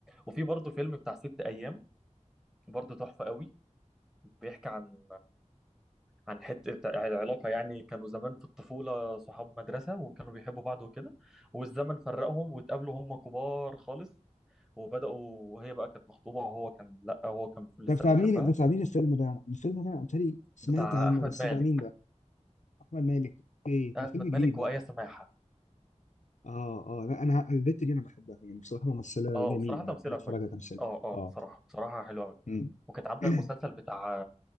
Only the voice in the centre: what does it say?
وفي برضه فيلم بتاع ست ايام برضه تحفه قوي بيحكي عن عن حته العلاقه يعني كانوا زمان في الطفوله صحاب مدرسه وكانوا بيحبوا بعض وكده والزمن فرقهم واتقابلوا هم كبار خالص وبداوا وهي بقى كانت مخطوبه وهو كان لا هو كان لسه
بيحبها
بتاع
احمد
مالك
احمد
مالك
وايه سماحه
اه
بصراحه
تمثيلها
كويس
اه اه
بصراحه بصراحه حلوه قوي
وكانت عامله
المسلسل بتاع